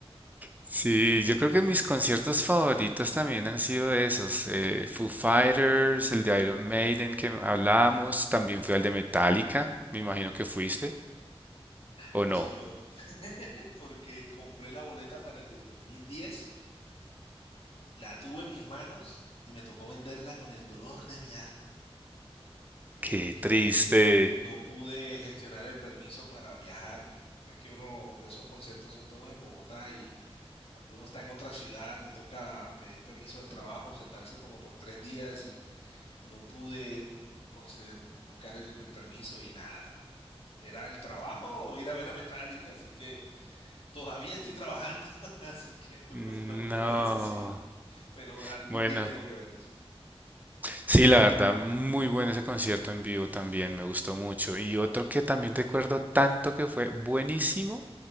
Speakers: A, on the right (about 15°); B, on the left (about 65°).
A: Sí, yo creo que mis conciertos favoritos también han sido esos, eh,
B: <laughs>
A: Foo Fighters, el de Iron Maiden que hablábamos, también fui al de Metallica, me imagino que fuiste, ¿o
B: Ahí
A: no?
B: sí lloro, <laughs> porque compré la boleta para el de 2010, la tuve en mis manos y me tocó venderla con el dolor de mi alma. porque
A: Qué triste.
B: no pude gestionar el permiso para viajar. Es que uno de esos conciertos son todos en Bogotá y cuando uno está en otra ciudad le toca pedir permiso del trabajo, sentarse como por tres días y no pude conceder- buscar el, el permiso y nada. Era el trabajo o ir a ver a Metallica, así que todavía estoy trabajando, <laughs> así que creo
A: Mm,
B: que fue una muy buena
A: No,
B: decisión, <laughs> pero algún
A: bueno,
B: día tengo que verlos.
A: sí, la verdad, muy bueno ese concierto en vivo también, me gustó mucho. Y otro que también recuerdo tanto que fue buenísimo,